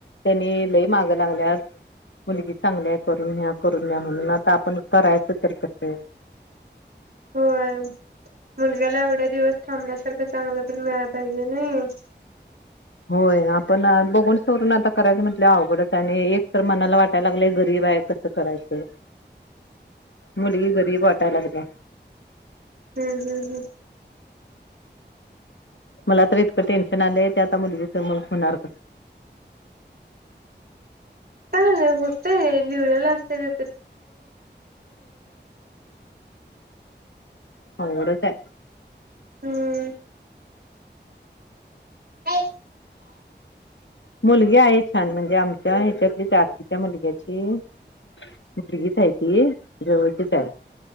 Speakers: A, on the left (about 85°); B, on the right (about 55°).
A: त्यांनी लई माग लागल्यात मुलगी चांगल्या करून न्या करून न्या म्हणून आता आपण करायचं तर कस
B: होय मुलग्याला एवढ्या दिवस थांबल्यासारखं चांगलं पण मिळाय पाहिजे नाही.
A: होय आपण बघून सवरून आता करायचं म्हटल्यावर अवघडच आणि एक तर मनाला वाटायला लागलंय गरीब आहे कसं करायचं. मुलगी गरीब वाटाय लागली.
B: हम्म हम्म हम्म.
A: मला तर इतकं टेन्शन आलंय ते आता मुलगीच मग होणार कस?
B: काय नाही होतय लिवलेल असतय. <unintelligible>
A: अवघडच हाय.
B: हम्म. काय
A: मुलगी आहे छान म्हणजे. त्या ह्याच्यातलीच हाय आतीच्या मुलग्याची. मुलगीच आहे ती जवळचीच आहे.